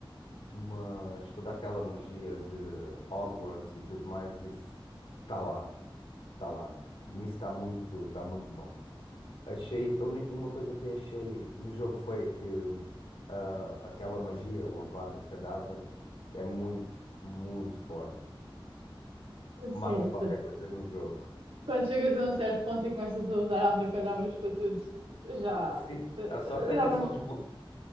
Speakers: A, on the left; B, on the right.
A: mas toda aquela magia de Hogwarts e tudo mais, isso está lá, está lá. Nisso está muito, está muito bom. Achei, a uni- uma coisa que achei no jogo foi que ah, aquela magia, o Avada Kedavra, é muito, muito forte.
B: Sim.
A: Mata qualquer coisa no jogo.
B: Quando chegas a um certo ponto e começas a usar abracadabras para tudo, já,
A: Sim,
B: eh,
A: a sorte é
B: já
A: que
B: não.
A: é só desblo...